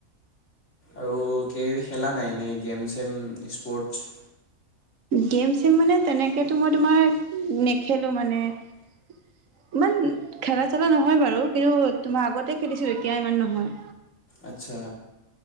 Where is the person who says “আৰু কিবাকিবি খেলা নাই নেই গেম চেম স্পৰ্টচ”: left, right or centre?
Left